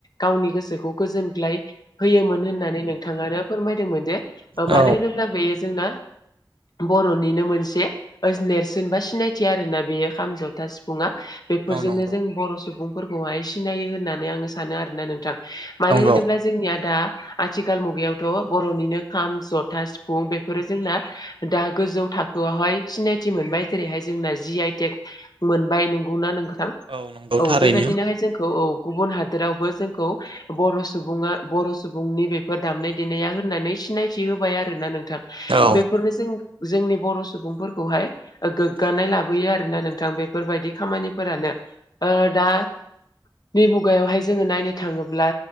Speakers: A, on the left; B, on the right.
A: गावनि गोसोखौ गोजोनग्लाय होयोमोन होननानै नोंथाङानो फोरमायदोंमोन जे ओ
B: औ
A: मानो होनोब्ला बेयो जोंना बर' निनो मोनसे से नेरसोन बा सिनायथि आरोना बेयो खाम जथा सिफुङा बेफोरजोंनो
B: नंगौ
A: जों बर' सुबुंफोरखौहाय सिनायो होननानै आङो सानो आरोना नोंथां मानो
B: नंगौ
A: होनोब्ला जोंनिया दा आथिखाल मुगायावथ बरनिनो खाम जथा सिफुं बेफोरो जोंना दा गोजौ थाखो खौहाय सिनायथि मोनबाय जेरैहाय जोंना जि आइटेक मोनबाय नोंगौना नोंथां थां
B: औ नंगौ
A: औ
B: थारैनो
A: बेबायदिनोहाय जोंखौ औ गुबुन हादोरावबो जोंखौ बर सुबुङा बर सुबुंनि बेफोर दामनाय देनाया होननानै सिनायथि होबाय आरोना नोंथां
B: औ
A: बेफोरनो जों जनि बर सुबुंफोरखौहाय ओ गोग्गानाय लाबोयो आरोना नोंथां बेफोरबायदि खामानिफोरानो ओ दा। नि मुगायावहाय जोङो नायनो थाङोब्ला